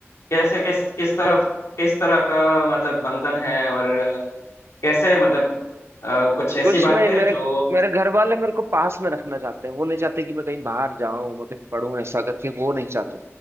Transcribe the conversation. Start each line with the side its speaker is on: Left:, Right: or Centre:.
Left: कैसे किस किस तरफ किस तरह का मतलब बंधन है और कैसे मतलब अ, कुछ ऐसी
Right: कुछ
Left: बात
Right: नहीं
Left: है
Right: मेरे
Left: जो
Right: मेरे घर वाले मेरे को पास में रखना चाहते हैं वो नहीं चाहते कि मैं कहीं बाहर जाऊं मैं कहीं पढूं ऐसा करके वो नहीं चाहते